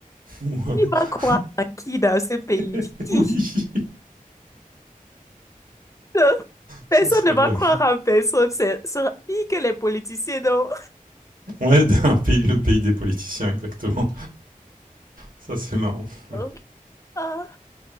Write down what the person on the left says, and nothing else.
Qui va croire à qui dans ce pays?
Qui?
Euh, Personne
ne va
croire à personne. C'est c'est pire que les politiciens, non?
<laughs>
Ah.